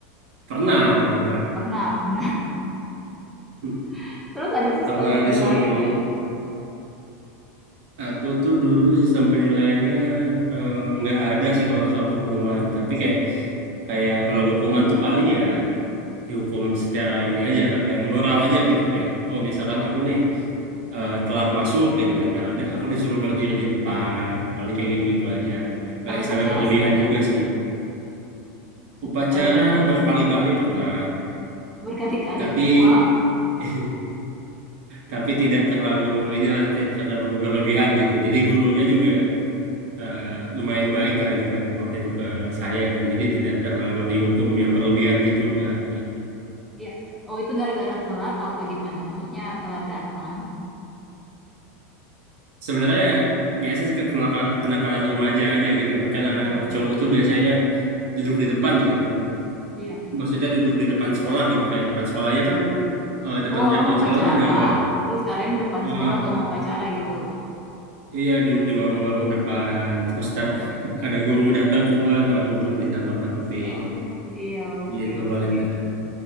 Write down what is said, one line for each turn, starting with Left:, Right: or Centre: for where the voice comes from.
Right: pernah dong Kak.
Centre: Pernah, pernah.
Right: Hmm.
Centre: <laughs> Terus ada sistem
Right: karena
Centre: penilaian
Right: disuruh
Centre: nggak?
Right: aku tuh dulu sistem penilaiannya eh, nggak ada sih kalau soal hukuman. Tapi kayak kayak kalau hukuman tuh paling ya dihukum secara ini aja kak kayak moral aja gitu kayak oh misalkan aku nih eh, telat masuk gitu kan ya ada aku disuruh berdiri di depan paling kayak gitu-gitu aja nggak
Centre: Kalau
Right: ya sampai
Centre: pacara
Right: berlebihan
Centre: sering nggak?
Right: juga sih
Centre: Uh,
Right: upacara
Centre: Kalau pacara
Right: berkali-kali pernah
Centre: berkali-kali.
Right: tapi
Centre: <laughs> Wow.
Right: <laughs> tapi tidak terlalu inilah tidak terlalu berlebihan gitu jadi gurunya juga eh, lumayan baik lah gitu kan waktu itu ke saya gitu jadi tidak terlalu dihukum yang berlebihan gitu kak gitu
Centre: Iya. Oh, itu gara-gara telat apa gimana? Maksudnya telat datang.
Right: sebenarnya biasa sih Kak, kenaka- kenakalan remaja aja gitu kan kan anak-anak
Centre: Oh iya.
Right: cowok tuh biasanya duduk di depan gitu kan
Centre: Iya.
Right: maksudnya duduk di depan sekolah gitu kayak depan sekolahnya kan eh, depan
Centre: Oh, orang
Right: gerbang
Centre: mau upacara,
Right: sekolah kan ada war
Centre: terus kalian di depan
Right: eh,
Centre: sekolah nggak mau pacara gitu?
Right: iya duduk di warung-warung depan terus ntar <laughs> ada guru datang keluar baru tuh ditangkap-tangkepin
Centre: Oh, iya oke
Right: gitu
Centre: oke.
Right: paling Kak.